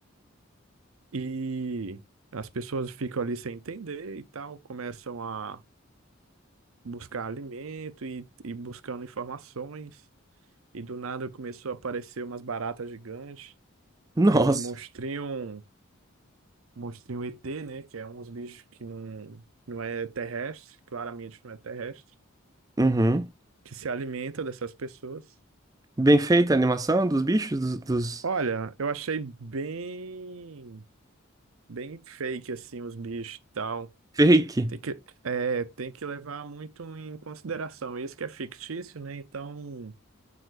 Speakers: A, on the right (about 80°); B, on the right (about 15°).
A: E as pessoas ficam ali sem entender e tal, começam a buscar alimento e, e buscando informações. E do nada começou a aparecer umas baratas gigantes,
B: Nossa.
A: que é uns monstrinhos, monstrinho ET, né? Que é uns bichos que não, não é terrestre, claramente não é terrestre,
B: Uhum.
A: que se alimenta dessas pessoas.
B: Bem feita a animação dos bichos, dos, dos
A: Olha, eu achei bem, bem fake assim os bichos e tal.
B: fake.
A: Tem que, é, tem que levar muito em consideração. Isso que é fictício, né? Então